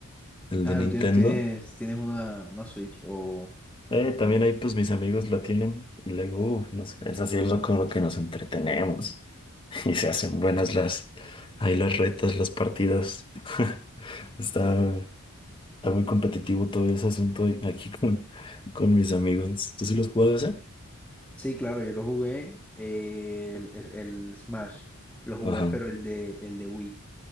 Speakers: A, on the left (about 25°); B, in the centre.
A: El
B: Ah,
A: de Nintendo.
B: tú tienes, tienes, tienes una, una Switch o,
A: Eh,
B: o
A: también
B: cuál.
A: ahí pues mis amigos la tienen y luego uf, nos- es así lo, con lo que nos entretenemos. <laughs> Y se hacen buenas las, ahí las retas, las partidas. <laughs> Está, está muy competitivo todo ese asunto de- aquí <laughs> con, con mis amigos. ¿Tú sí los juegas ese?
B: Sí, claro, yo lo jugué, eh, el, el- el Smash, lo jugué,
A: Ajá.
B: pero el de, el de Wii,